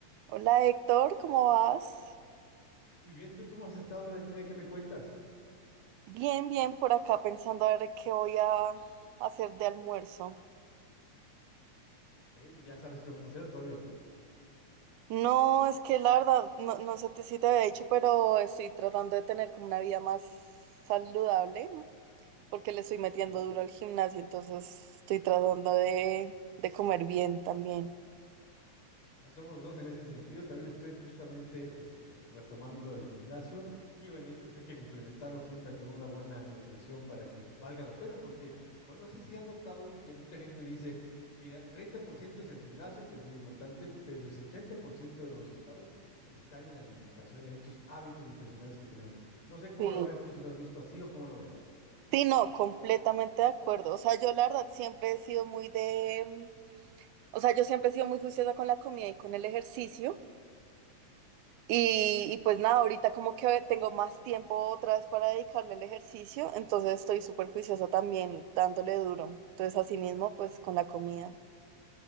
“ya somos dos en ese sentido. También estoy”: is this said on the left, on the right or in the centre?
Left